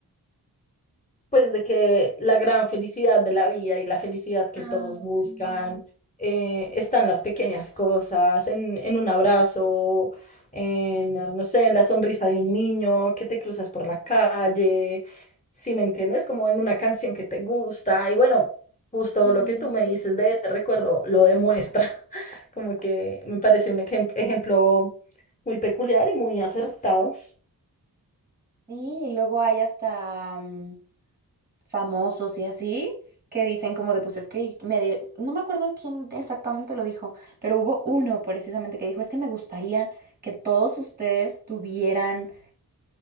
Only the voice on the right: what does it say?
Ah,
sí.
Sí,
Sí, y luego hay hasta mm, famosos y así que dicen como de pues es que me de- no me acuerdo quién exactamente lo dijo, pero hubo uno precisamente que dijo es que me gustaría que todos ustedes tuvieran